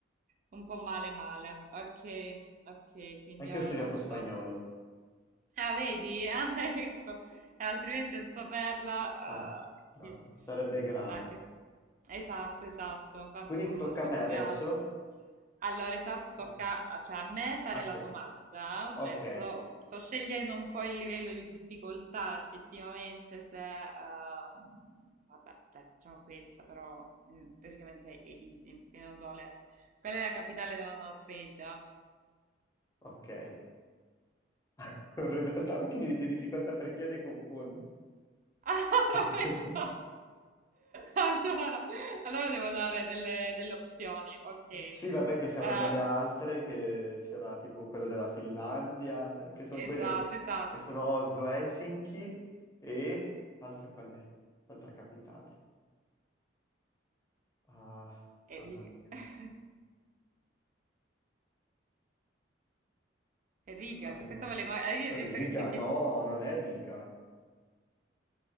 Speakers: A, on the right; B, on the left.
A: un po' male male. Ok, ok, quindi
B: Anche
A: ora
B: io ho studiato
A: non
B: spagnolo.
A: so. Ah, vedi? Ah, <laughs> ecco, altrimenti non saperla. ah,
B: Eh, no,
A: che...
B: sarebbe grave.
A: Ah, questo- Esatto, esatto, tanto
B: Quindi
A: non
B: tocca
A: ho saputo
B: a me adesso?
A: altro. Allora, esatto, tocca
B: No,
A: a- cioè, a me fare
B: a
A: la
B: te.
A: domanda.
B: Ok,
A: Adesso sto scegliendo un po' il livello di difficoltà, effettivamente, se... ehm, vabbè, dai, facciamo questa, però mm, teoricamente è easy, perché non so le- Qual è la capitale della Norvegia?
B: ok. <laughs> Allora, in realtà perché mi metti in difficoltà perché io le confondo.
A: Ah, <laughs>
B: <laughs>
A: l'ho messo. Allora, allora devo dare delle, delle opzioni. Ok.
B: Sì, vabbè, che saranno
A: Eh,
B: le altre, che sarà tipo quella della Finlandia, che sono
A: esatto,
B: quelle
A: esatto.
B: che sono Oslo, Helsinki e altra qual è? Altra capitale. Ah,
A: E
B: mamma
A: riga.
B: mia.
A: <laughs> E riga,
B: Allora,
A: che cosa volevo? Ah, Io
B: Riga,
A: adesso che ti ho chiesto...
B: no,
A: s-
B: non è Riga.